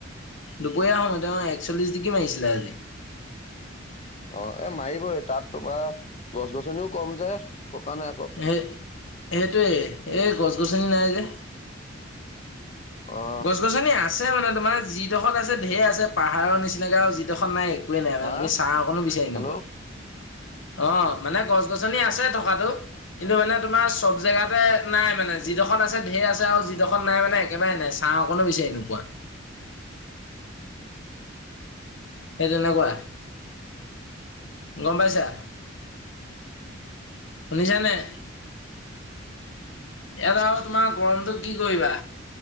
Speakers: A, on the left (about 70°); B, on the left (about 35°).
A: দুপৰীয়া সময়ত মোতামোতি এক চল্লিছ ডিগ্ৰী মাৰিছিলে আজি।
B: অ এ মাৰিবই তাত তোমাৰ গছ -গছনিও কম যে সেইটো কাৰণে আকৌ।
A: সেই সেইটোৱেই এই গছ গছনি নাই যে।
B: অহ।
A: গছ গছনি আছে মানে তোমাৰ যি ডখৰত আছে ধেই আছে, পাহাৰৰ নিচিনাকে আৰু যিডখৰত নাই একোৱে নাই মানে
B: হা
A: তুমি চাহ অকণো বিচাৰি
B: হেল্ল'
A: নোপোৱা। অ মানে গছ -গছনি আছে থকাটো। কিন্তু মানে তোমাৰ চব জেগাতে নাই মানে যিডখৰত আছে ঢেৰ আছে আৰু যিডখৰত নাই মানে একেবাৰে নাই। ছাঁ অকণো বিচাৰি নোপোৱা। এই তেনেকুৱা গম পাইছা। শুনিছা নাই? ইয়াত আকৌ তোমাৰ গৰমটো কি কৰিবা।